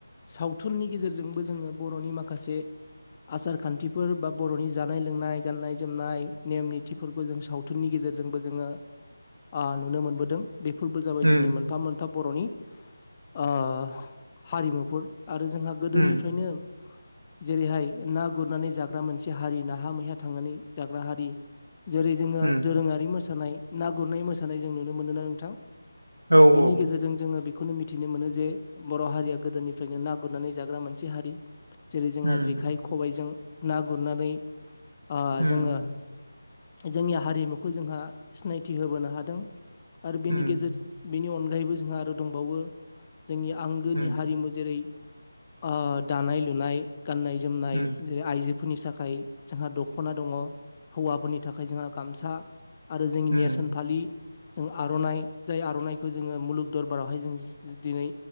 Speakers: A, on the left (about 25°); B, on the right (about 75°).
A: सावथुननि गेजेरजोंबो जोङो बर'नि माखासे आसार खान्थिफोर बा बर'नि जानाय लोंनाय गान्नाय जोमनाय नेम निथिफोरखौ जों सावथुननि गेजेरजों बो जोङो आ नुनो मोनबोदों। बेफोरबो जाबाय
B: उम
A: जोंनि मोनफा मोनफा बर'नि आ हारिमुफोर आरो जोंहा गोदोनिफ्रायनो
B: उम
A: जेरैहाय ना गुरनानै जाग्रा मोनसे हारि नाहा मैया थांनानै जाग्रा हारि जेरै जोङो
B: उम
A: दोरोङारि मोसानाय ना गुरनाय मोसानाय जों नुनो मोनो ना नोंथां
B: औ औ
A: बेनि गेजेरजों जोङो बेखौनो मिथिनो मोनो जे बर' हारिया गोदोनिफ्रायनो ना गुरनानै जाग्रा मोनसे हारि। जेरै जोंहा
B: उम
A: जेखाइ खबाइजों ना गुरनानै आ
B: उम
A: जोङो जोंनि हारिमुखौ जोंहा सिनायथि होबोनो हादों आरो बेनि
B: उम
A: गेजेर बेनि अन गायैबो जोंहा आरो दंबावो जोंनि आंगोनि
B: उम
A: हारिमु जेरै आ दानाय लुनाय गाननाय जोमनाय
B: उम
A: ज आइजो फोरनि थाखाय जोंहा दख'ना दङ हौवाफोरनि थाखाय जोंहा गामसा आरो जोंनि
B: उम
A: नेरसोन फालि जों आर'नाइ जाय आर'नाइ खौ जोङो मुलुग दरबारावहाय जों दिनै